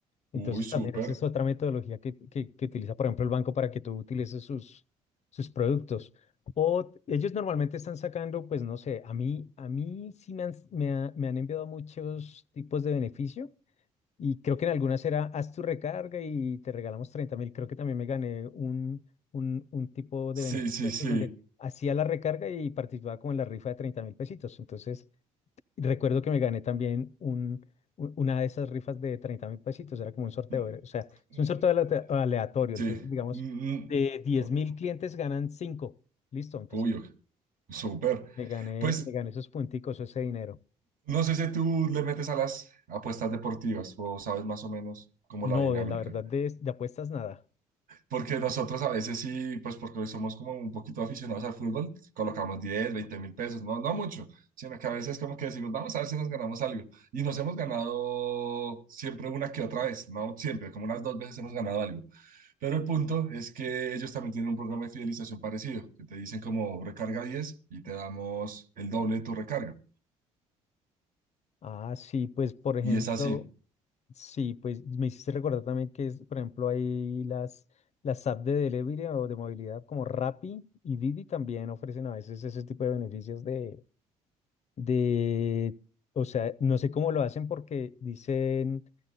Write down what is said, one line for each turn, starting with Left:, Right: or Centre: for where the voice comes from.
Left: Entonces
Right: uy, súper.
Left: también esa es otra metodología que, que, que utiliza, por ejemplo, el banco para que tú utilices sus, sus productos. O ellos normalmente están sacando, pues no sé, a mí, a mí sí me han, me ha- me han enviado muchos tipos de beneficio y creo que en algunas era, haz tu recarga y te regalamos treinta mil. Creo que también me gané un, un, un tipo de
Right: Sí,
Left: beneficio
Right: sí,
Left: de esos
Right: sí.
Left: donde hacía la recarga y participaba como en la rifa de treinta mil pesitos. Entonces, recuerdo que me gané también un, un- una de esas rifas de treinta mil pesitos. Era como un sorteo.
Right: Mm,
Left: era- O sea,
Right: mm,
Left: es un sorteo alea- aleatorio.
Right: Sí,
Left: Entonces, digamos,
Right: mm, mm,
Left: de diez
Right: o-
Left: mil clientes ganan cinco Listo. Entonces,
Right: obvio, súper.
Left: me gané,
Right: Pues
Left: me gané esos punticos, ese dinero.
Right: no sé si tú le metes a las apuestas deportivas o sabes más o menos como
Left: No,
Right: la dinámica.
Left: de la verdad, de, de apuestas nada.
Right: Porque nosotros a veces sí, pues porque hoy somos como un poquito aficionados al fútbol, colocamos 10, veinte mil pesos, no, no mucho, sino que a veces como que decimos, vamos a ver si nos ganamos algo. Y nos hemos ganado siempre una que otra vez, no siempre, como unas dos veces hemos ganado algo. Pero el punto es que ellos también tienen un programa de fidelización parecido, que te dicen como recarga 10 y te damos el doble de tu recarga.
Left: Ah, sí, pues por ejemplo.
Right: Y es así.
Left: Sí, pues me hiciste recordar también que, es, por ejemplo, hay las, las apps de delivery o de movilidad como Rappi y Didi también ofrecen a veces ese tipo de beneficios de, de, o sea, no sé cómo lo hacen porque dicen,